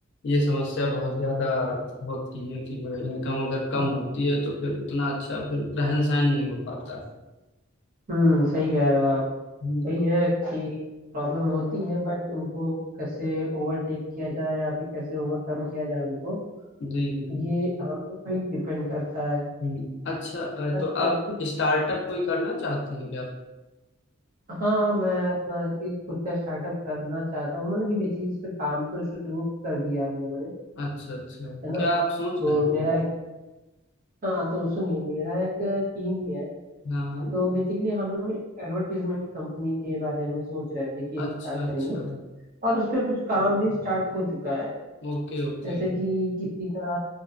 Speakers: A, on the left; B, on the right.
A: ये समस्या बहुत ज्यादा होती है कि जो है इनकम अगर कम
B: रहना
A: होती है तो फिर उतना अच्छा फिर रहन सहन नहीं हो पाता
B: हम्म सही कह रहे हो आप
A: हम्म,
B: वही
A: तो-
B: है कि प्रॉब्लम होती है बट उनको कैसे ओवरटेक किया जाए या फिर कैसे ओवरकम किया जाए उनको
A: जी जी
B: ये हम लोग पे ही डिपेंड करता है
A: हम्म, अच्छा अ,
B: बट
A: तो आप
B: ठीक
A: स्टार्टअप कोई करना चाहते हैं क्या
B: हाँ मैं अपना एक खुद का स्टार्टअप करना चाहता हूँ मतलब कि बेसिकली इस पे काम तो शुरू कर दिया हम लोगों ने
A: अच्छा अच्छा
B: है ना
A: क्या आप सोच
B: तो
A: रहे हैं
B: मेरा एक हाँ तो सुनिए मेरा एक टीम भी है
A: हाँ हाँ
B: तो बेसिकली हम लोग एक एडवर्टीजमेंट कंपनी के बारे में सोच रहे थे कि
A: अच्छा
B: स्टार्ट
A: अच्छा
B: करेंगे और उस पे कुछ काम भी स्टार्ट हो चुका है
A: Okay okay
B: जैसे कि किसी का